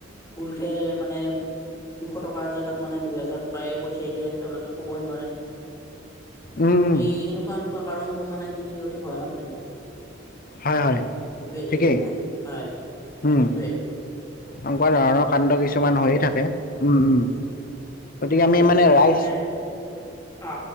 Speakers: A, on the left (about 15°); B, on the left (about 45°).
A: ফুলকে মানে দুশ টকাৰ জেগাত মানে দুহেজাৰ টকাই প শাই দিয়ে তেওঁলোকে কবই নোৱাৰে
B: উম
A: এই সেনেকুৱা এেনেকুৱা কাৰণ বোৰ মানে ই অতি ভয়ানক কিন্তু
B: হয় হয়।
A: প
B: ঠিকেই
A: জৰিয়তে হয়
B: উম
A: নিশ্চয়ে
B: এনেকুৱা ধৰণৰ কাণ্ড কিছুমান হৈয়ে থাকে। উম উম গতিকে আমি
A: হয়
B: মানে ৰাইচ
A: তাকে অ